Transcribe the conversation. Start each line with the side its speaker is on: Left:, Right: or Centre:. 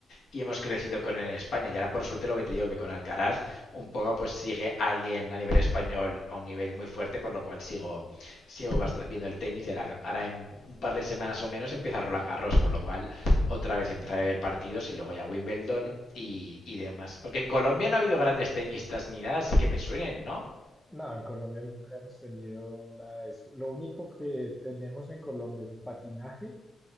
Left: y hemos crecido con él en España. Y ahora, por suerte, lo que te digo, que con Alcaraz, un poco pues sigue alguien a nivel español a un nivel muy fuerte, por lo cual sigo, sigo viendo el tenis. Y ahora, ahora en un par de semanas o menos empieza Roland Garros, por lo cual otra vez empezaré a ver partidos y luego ya Wimbledon y, y demás. Porque en Colombia no ha habido grandes tenistas ni nada, así que me suenen, ¿no?
Centre: No, en Colombia nunca hemos tenido nada de eso. Lo único que tenemos en Colombia es patinaje